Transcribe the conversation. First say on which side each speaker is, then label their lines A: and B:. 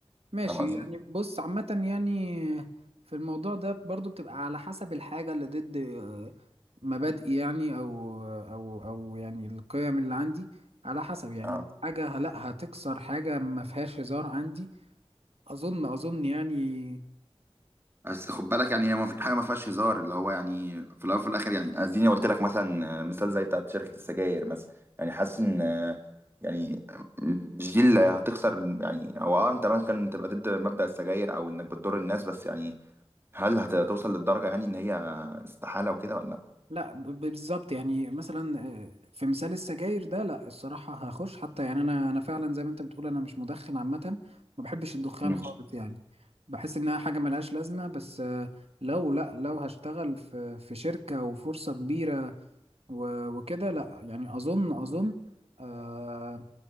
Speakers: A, on the right (about 70°); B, on the right (about 20°).
A: ماشي
B: فاهم قصدي؟
A: يعني بص عامة يعني في الموضوع ده برضو بتبقى على حسب الحاجة اللي ضد آه، مبادئي يعني أو أو أو يعني القيم اللي عندي على حسب يعني
B: اه
A: الحاجة ه- لا هتكسر حاجة ما فيهاش هزار عندي أظن أظن يعني
B: بس خد بالك يعني هي ما فيش حاجه ما فيهاش هزار اللي هو يعني في الاول وفي الاخر يعني اديني قلت لك مثلا مثال زي بتاعت شركه السجاير مثلا يعني حاسس ان يعني مش دي اللي هتخسر يعني هو اه انت ممكن تبقى ضد مبدأ السجاير او انك بتضر الناس بس يعني هل هتوصل للدرجه يعني ان هي استحاله وكده ولا لا؟
A: لا ب- ب- بالظبط يعني مثلا آه، في مثال السجاير ده لا الصراحة هخش حتى يعني أنا أنا فعلا زي ما أنت بتقول أنا مش مدخن عامة ما بحبش الدخان
B: مم.
A: خالص يعني بحس إنها حاجة ملهاش لازمة بس آه، لو لا لو هشتغل في في شركة وفرصة كبيرة و- وكده لا يعني أظن أظن آه،